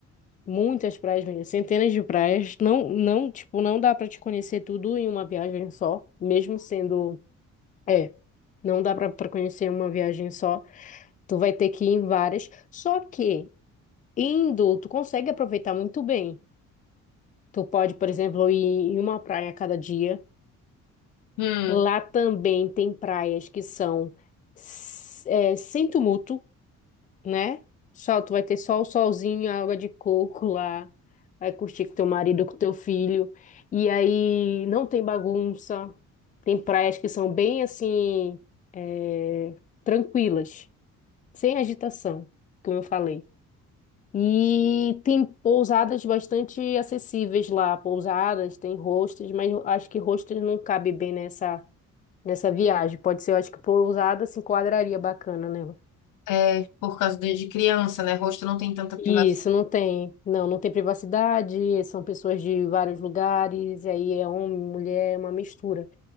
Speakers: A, on the left; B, on the left.
A: muitas praias mesmo, centenas de praias. Não, não, tipo, não dá pra te conhecer tudo em uma viagem só, mesmo sendo, é, não dá pra pra conhecer em uma viagem só. Tu vai ter que ir em várias. Só que indo, tu consegue aproveitar muito bem. Tu pode, por exemplo, ir em uma praia a cada dia.
B: Hum,
A: Lá também tem praias que são s- é, sem tumulto. né? Só, tu vai ter só o solzinho, a água de coco lá. Vai curtir com teu marido, com teu filho. E aí não tem bagunça. Tem praias que são bem assim, é, tranquilas, sem agitação, como eu falei. E tem pousadas bastante acessíveis lá. Pousadas, tem hostels, mas eu acho que hostels não cabe bem nessa, nessa viagem. Pode ser, eu acho que pousada se enquadraria bacana né
B: é por causa de de criança, né? Rosto não tem tanta
A: Isso,
B: privacidade.
A: não tem. Não, não tem privacidade, são pessoas de vários lugares, e aí é homem, mulher, é uma mistura.